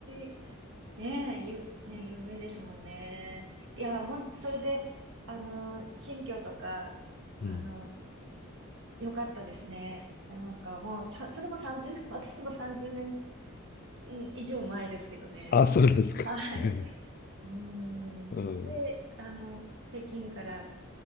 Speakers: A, on the right; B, on the left.
A: い。ねえ、ゆ、ねえ、夢ですもんね。いや、もっとそれで、あの、新居とか、
B: うん。
A: あの、良かったですね。なんかもう、さ、それも30、<laughs> 私も30年、うねんうん以上前ですけどね。
B: あ、そうなんですか。
A: はい。
B: <laughs> はい。
A: うーん。
B: うん。
A: で、あの、北京から